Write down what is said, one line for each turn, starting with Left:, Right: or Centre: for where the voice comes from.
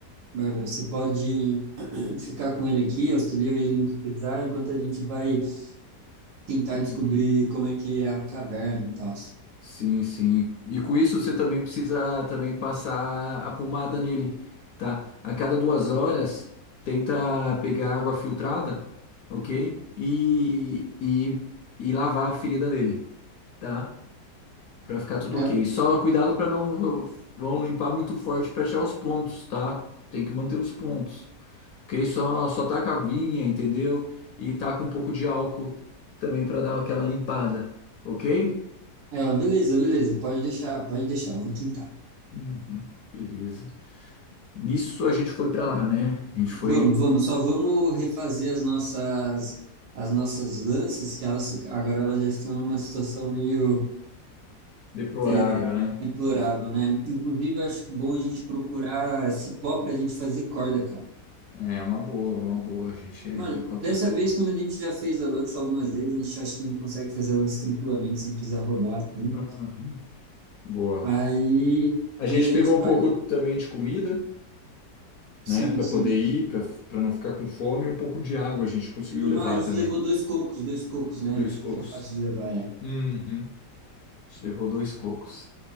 Right: Bárbara, você pode <clears throat> ficar com ele aqui, auxilia ele no que precisar, enquanto a gente vai tentar
Left: Uhum.
Right: descobrir como é que é a caverna e tal.
Left: Sim, sim. E com isso você também precisa também passar a pomada nele, tá? A cada duas horas, tenta pegar água filtrada, ok? E, e, e lavar a ferida dele, tá? Pra ficar tudo
Right: Ela,
Left: ok. Só cuidado pra não vão limpar muito forte pra achar os pontos, tá? Tem que manter os pontos, ok? Só só taca aguinha, entendeu? E taca um pouco de álcool também pra dar aquela limpada, ok?
Right: ela, beleza, beleza, pode deixar, pode deixar, eu vou tentar.
Left: Uhum, beleza. Nisso a gente foi pra lá, né? A gente foi.
Right: Vamos, vamos, só vamos refazer as nossas as nossas lanças, que elas fica- agora elas já estão numa situação meio
Left: Deplorável,
Right: é,
Left: né?
Right: deplorável, né? Inclusive, eu acho bom a gente procurar cipó para a gente fazer corda, cara.
Left: É uma boa, uma boa. A gente
Right: Mano,
Left: encontra
Right: dessa
Left: assim,
Right: vez, como a gente já fez a lança algumas vezes, a gente acha que a gente consegue fazer a lança tranquilamente, sem precisar rodar, assim.
Left: Uhum. Boa.
Right: Aí,
Left: A gente
Right: e a gente
Left: pegou um
Right: vai.
Left: pouco também de comida,
Right: Sim,
Left: né, Pra
Right: sim.
Left: poder ir, pra para não ficar com fome, e um pouco de água a gente conseguiu
Right: Uma,
Left: levar
Right: a gente
Left: também.
Right: levou dois cocos, dois cocos, né?
Left: Dois
Right: Porque
Left: cocos.
Right: é fácil de levar, é.
Left: Uhum. A gente levou dois cocos.